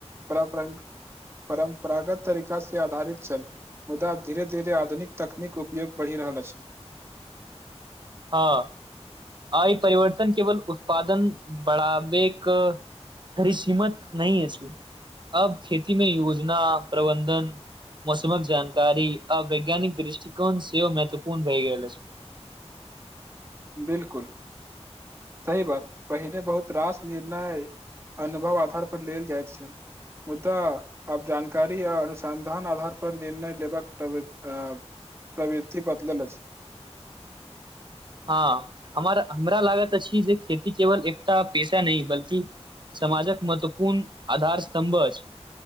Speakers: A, on the right; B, on the right.
A: परंपरंक- परम्परागत तरीका से आधारित छल। मुदा आब धीरे धीर आधुनिक तकनीक उपयोग बढ़ि रहल अछि।
B: हँ आय परिवर्तन केवल उत्पादन बढ़ावके- घरी सीमित नहि अछि अब खेती मे योजना प्रबंधन- मौसमक जानकारी आ वैज्ञानिक दृष्टिकोण सेहो महत्वपूर्ण भई गेल अछि।
A: बिल्कुल सही बात पहिने बहुत रास निर्णय अनुभव आधार पर लेल जायइत छल। मुदा- आब जानकारी आ अनुसन्धान आधार पर निर्णय लेबाक प्रवि आ- प्रवृति बदलल अछि।
B: हँ हमर हमरा लागत अछि जे खेती केवल एकटा पेशा नहि बल्कि- समाजक महत्वपूर्ण आधारस्तम्भ अछ